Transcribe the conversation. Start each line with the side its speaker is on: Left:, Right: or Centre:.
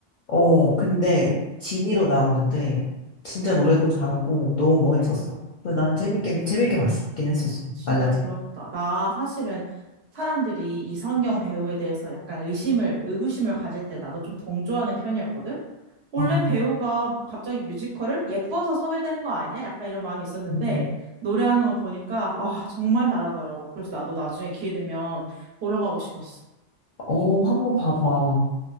Left: 어, 근데 진이로 나오는데 진짜 노래도 잘하고 너무 멋있었어. 그래서 난 재밌게 재밌게 봤긴 했었어.
Right: 진짜
Left: 알라딘.
Right: 부럽다. 나 사실은 사람들이 이성경 배우에 대해서 약간 의심을, 의구심을 가질 때 나도 좀 동조하는 편이었거든? 원래
Left: 어,
Right: 배우가 갑자기 뮤지컬을 예뻐서 섭외된 거 아니야? 약간 이런 마음이 있었는데
Left: 음.
Right: 노래하는 거 보니까 아, 정말 잘하더라고. 그래서 나도 나중에 기회 되면 보러 가고 싶었어.
Left: 어, 한번 봐봐.